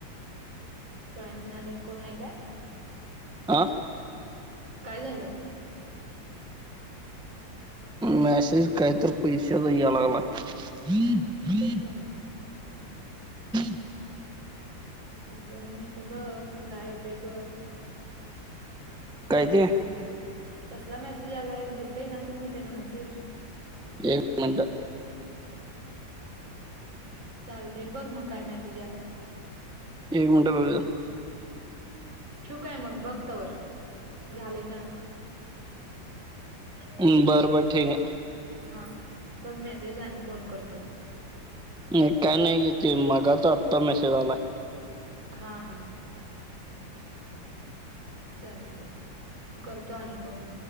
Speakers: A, on the right; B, in the centre.
A: काय म्हणाल्यात कोण आहे काय?
B: आ?
A: काय झालं?
B: मेसेज काहीतरी पैशाच्या याय लागलाय.
A: होय,
B: <inaudible>
A: एक, दोन मिनट बघ, मग काय होतंय बघ.
B: काय
A: थोडा
B: ते
A: एक वेळ, कसला मेसेज आलाय दिसतय ना सीन होते ना मेसेज?
B: एक मिनट.
A: चालतय बघ मग काय मेसेज आलाय.
B: एक मिनटं बघुदे.
A: ठेवू काय मग? बघ तवर झाले दहा
B: हम्म, बर बर ठीक आहे.
A: हा बघ मेसेज आणि फोन करतो मग.
B: ते काय नाही ते मागाचा आत्ता मेसेज आलाय.
A: हा हा. चालते करतो आणि फोन.